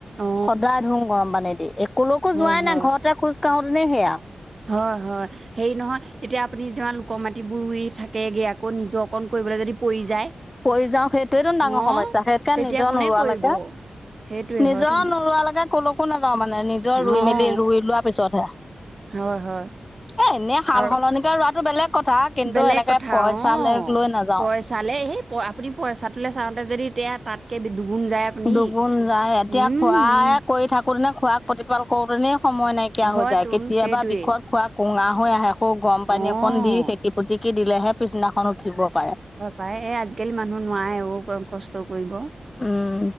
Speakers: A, on the right; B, on the left.
A: অ
B: সদায় ধুঙ গৰম পানী দি এ ক'লৈকো
A: হয়
B: যোৱাই
A: হয়
B: নাই, ঘৰতে খোজ কাঢ়োতেনে সেয়া।
A: হয়, হয়। হেৰি নহয়, এতিয়া আপুনি যিমান লোকৰ মাটিবোৰ ৰুই থাকেগে আকৌ নিজৰ অকণ কৰিবলৈ যদি পৰি যায়।
B: পৰি যাও সেইটোয়েটো ডাঙৰ
A: অ
B: সমস্যা, বিশেষকে
A: তেতিয়া
B: নিজৰ
A: কোনে
B: নোৰোৱালেকে
A: কৰিব সেইটোৱে
B: নিজৰ
A: হয়তো
B: নোৰোৱালৈকে ক'লৈকো নাযাওঁ মানে, নিজৰ ৰুই
A: অ অ
B: মেলি, ৰুই লোৱাৰ পিছতহে।
A: হয়, হয়।
B: এ এনে সাল-সলনিকে
A: আৰু
B: ৰোৱাতো বেলেগ কথা কিন্তু
A: বেলেগ
B: এনেকে
A: কথা
B: পইচালে
A: অ'।
B: লৈ নাযাও।
A: পইচালে সেই প, আপুনি পইচাটোলে চাওতে যদি এতিয়া তাতকৈয় দুগুণ যায়। আপুনি।
B: দুগুণ যায়, এতিয়া
A: উম,
B: খোৱাই
A: উম,
B: কৰি থাকো তেনে, খোৱাক প্ৰতিপাল কৰোতেনে সময় নাইকিয়া
A: হয়
B: হৈ যায়,
A: তোন
B: কেতিয়াবা
A: সেইটোৱেই
B: বিষত খোৱা কুঙা হৈ আহে, সৌ গৰম
A: অ'।
B: পানী অকণ দি খেকি পুতিকি দিলেহে পিছদিনাখন উঠিব পাৰে।
A: পায়ে, এই আজিকালি মানুহ নোৱাৰে অ' কষ্ট কৰিব
B: উম